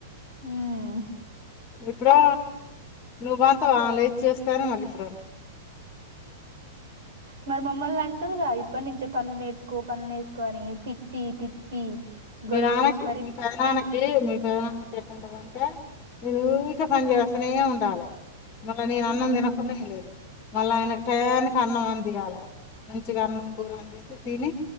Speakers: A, on the right (about 60°); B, on the left (about 35°).
A: ఉమ్
B: ఇప్పుడు నువ్ బ ఆ లేజ్ చేస్తాను మళ్ళీ ఇప్పుడు
A: మరి మమ్మల్ని అంటారుగా ఇప్పటి నుంచే పనులు నేర్చుకో పనులు నేసుకని తిట్టి తిట్టి
B: మీ
A: గొడవ
B: నాన్నకి
A: చేసి మరి
B: మీ పెద నాన్న కి మీ పెద్దననానికి ఎట్ండదంటే నేను ఉక పని చేస్తూనే ఉండాలి. మళ్ళ నేను అన్నం
A: మ్మ్
B: తినకునే లేదు మళ్ళా ఆయనకి టైనికి అన్నం అందియాలి మంచిగా అన్నం కూర అందిస్తే తిని